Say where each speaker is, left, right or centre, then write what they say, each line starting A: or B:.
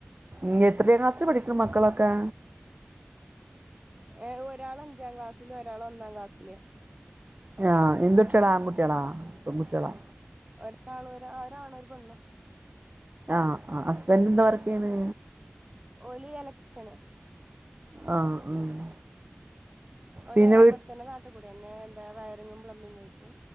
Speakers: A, on the right (about 45°); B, on the right (about 25°).
A: ഉം എത്രേം ക്ലാസ്സിലാ പഠിക്ക്ണ് മക്കളൊക്കെ
B: ഏഹ് ഒരാള് അഞ്ചാം ക്ലാസ്സിലു ഒരാള് ഒന്നാം ക്ലാസ്സില്
A: ഇഹ് ആഹ് എന്ത് കുട്ട്യാളാ ആൺകുട്ട്യാളാ പെൺകുട്ട്യാളാ
B: ഒരാള് ഒരാ ആഹ് ഒരാണും ഒരുപെണ്ണും
A: ആഹ് ആഹ് ഹസ്ബൻഡ് എന്താ വർക്കെയ്യ്ണ്
B: ഓല് എലക്ട്രിഷ്യന്
A: ആഹ് ആഹ്
B: ഓല്
A: പിന്നെ
B: ഇവെട്ത്തെന്നെ
A: വീ
B: നാട്ട്കൂടിയെന്നെ എന്താ വയറിങ്ങും പ്ലംബിങ്ങും അയ്റ്റ്